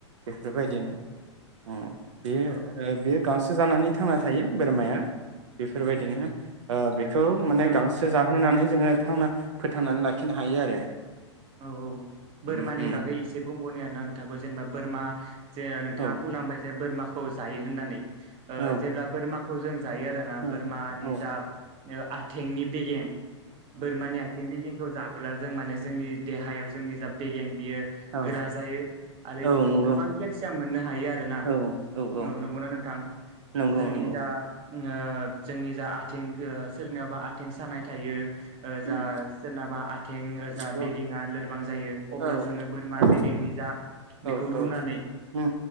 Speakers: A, on the right; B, on the right.
A: बेफोरबायदिनो उम बे ओ बेयो गांसो जानानै। थांना थायो बोरमाया। बेफोरबायदिनो ओ बेखौ माने
B: नों
A: गांसो जा होनानै जोङो थांना फोथांनानै लाखिनो हायो आरो।
B: औ औ बोरमानि
A: उम उम
B: बागै एसे बुंबावनि आरो ना नोंथाखौ जेनेबा बोरमा जे नोंथाङा
A: औ
B: बुंलांबाय जे बोरमाखौ जायो होननानै ओ
A: औ
B: जेब्ला बोरमाखौ जों जायो आरोना
A: औ
B: बोरमानि
A: औ
B: जा ओ आथिंनि बेगें बोरमानि आथिं बिगिंखौ जाबोला जों माने जोंनि जोंनि जा बेगें बेयो
A: औ
B: गोरा
A: औ
B: जायो आरो
A: औ नंगौ
B: गोबां केलसियाम मोननो हायो आरोना
A: औ औ
B: न-नंगौना
A: औ
B: नोंथां
A: नंगौ
B: जोंनि
A: नंगौ
B: जा उम ओ जोंनि जा आथिं ओ सोरनियावबा आथिं सानाय थायो ओ जा
A: उम
B: सोरनाबा आथें ओ
A: नंगौ
B: जा बे थिङा लोरबां जायो अब्ला
A: औ
B: जोङो बोरमा
A: औ
B: बेगेंनि जा
A: औ
B: बेखौ
A: औ
B: रुनानै
A: उम